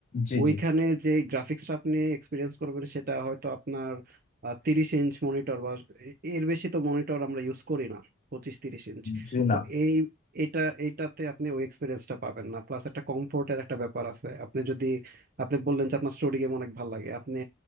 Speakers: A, on the left; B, on the right.
A: জি
B: ওইখানে
A: জি
B: যে গ্রাফিক্সটা আপনি এক্সপিরিয়েন্স করবেন সেটা হয়তো আপনার তিরিশ ইঞ্চ মনিটর বা এ- এর বেশি তো মনিটর আমরা ইউজ করি না পঁচিশ তিরিশ ইঞ্চ
A: জি না
B: তো এই এটা এইটাতে আপনি ওই এক্সপিরিয়েন্সটা পাবেন না প্লাস একটা কমফোর্টের একটা ব্যাপার আছে আপনি যদি আপনি বললেন যে আপনার স্টোরি গেম অনেক ভালো লাগে আপনি